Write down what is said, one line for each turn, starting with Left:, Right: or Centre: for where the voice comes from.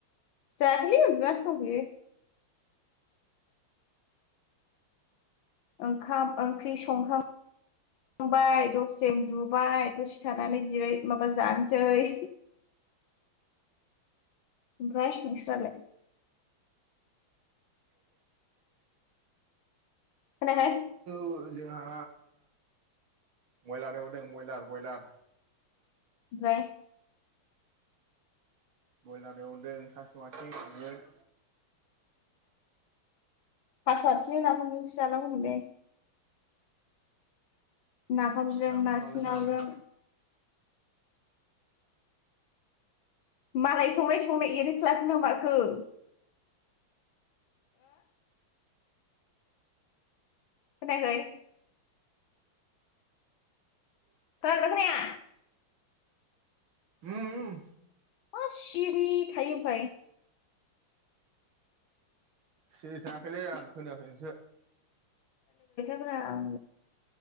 Left: जायाखैलै उनदुनासो दं थयो ओंखाम ओंख्रि संखांबाय दसेम दुबाय दसे थानानै जिरै माबा जानोसै ओमफ्राय नोंस्रालाय खोनायाखै
Right: बो जोंहा बयलार एवदों बयलार बयलार
Left: ओमफ्राय
Right: ब्रयलार एवदोंओं थास' आथिं संगोन
Left: थास आयथिंजों नाफामजोंसो जानांगौमोनलै नाफामजों
Right: नाफाम
Left: नासिनावजों
Right: आलु फ्रायमोन
Left: मालाय संनाय संनाय एरैफ्लाखोना माखो हो खोनायाखै खोनादोंना खोनाया
Right: उम
Left: मा सिरि थायो ओमफाय
Right: सिरि थाङाखैलै आं खोनायाखै नोंसो
Left: आं